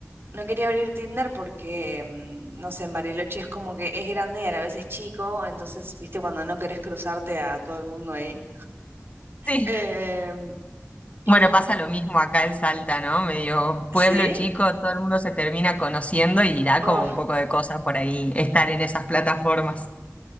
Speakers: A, on the right; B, on the left.
A: No quería abrir Tinder porque, mm, no sé, en Bariloche es como que es grande y a la vez es chico, entonces, viste, cuando no querés cruzarte a todo el mundo ahí.
B: Sí.
A: Em, y
B: Bueno, pasa lo mismo acá en Salta, ¿no? Medio
A: sí,
B: pueblo chico, todo el mundo se termina conociendo y da
A: oh,
B: como un poco de cosa por ahí estar en esas plataformas.